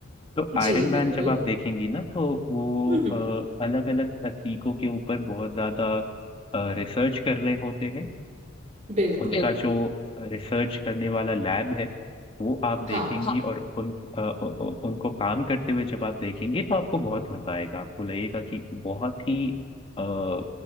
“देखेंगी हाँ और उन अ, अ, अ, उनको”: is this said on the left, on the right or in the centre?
Left